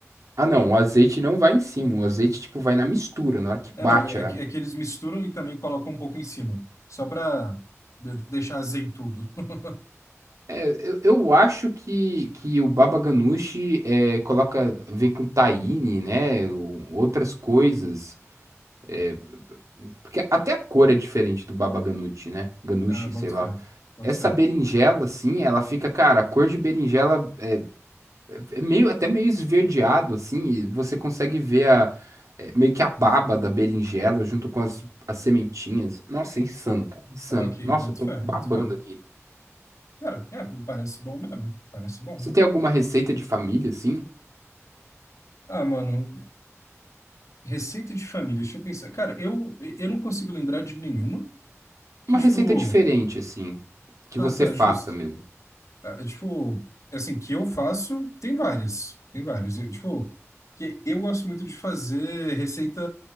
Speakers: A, on the right; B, on the left.
A: Ah, não, o azeite não vai em cima, o azeite, tipo, vai na mistura, na hora que
B: É,
A: bate
B: não, é,
A: a,
B: é que- é que eles misturam e também colocam um pouco em cima. Só pra de- deixar azeitudo. <laughs>
A: É, eu, eu acho que, que o Baba Ganoush é, coloca, vem com tahine, né? o- Outras coisas. é, porque até a cor é diferente do Baba Ganoush, né? Ganoush,
B: Ah, boto
A: sei lá.
B: fé, boto
A: Essa
B: fé.
A: berinjela, assim, ela fica, cara, a cor de berinjela é é meio, até meio esverdeado, assim, e você consegue ver a, é, meio que a baba da berinjela junto com as, as sementinhas. Nossa, é insano, cara, insano.
B: Ok,
A: Nossa,
B: boto
A: eu tô
B: fé,
A: babando
B: boto fé.
A: aqui.
B: Cara, é, me parece bom mesmo. Parece bom.
A: Você tem alguma receita de família, assim?
B: Ah, mano, receita de família. Deixa eu pensar. Cara, eu, eu não consigo lembrar de nenhuma que,
A: Uma
B: tipo.
A: receita diferente, assim. Que
B: Ah,
A: você
B: tá,
A: faça
B: justo.
A: mesmo.
B: Ah, é, tipo, assim, que eu faço, tem várias. Tem várias. Eu, tipo, que eu gosto muito de fazer receita.